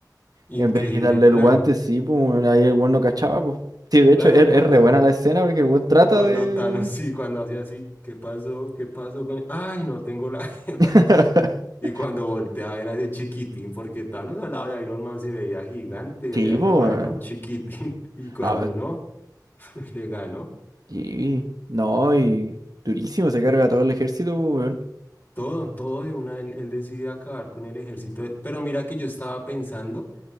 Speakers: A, on the left; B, on the right.
A: increíble
B: en vez de quitarle
A: plan.
B: el guante, sí, pues, weón, ahí el weón no cachaba, pues. Sí, de
A: Claro,
B: hecho, es,
A: cuando...
B: es re buena la escena porque el weón trata
A: Cuando
B: de.
A: Thanos, sí, cuando hacía así, ¿qué pasó? ¿Qué pasó con él? Ay, no tengo la gema.
B: <laughs>
A: <laughs> Y cuando volteé a ver a ese chiquitín, porque Thanos al lado de Iron Man se veía gigante, y
B: Sí, pues,
A: Iron Man
B: weón.
A: era un chiquitín. <laughs> Y cuando
B: No,
A: no, <laughs> le ganó
B: sí. No, y. Durísimo, se carga todo el ejército, pues, weón.
A: todo, todo de una, él, él decide acabar con el ejército. de- Pero mira que yo estaba pensando.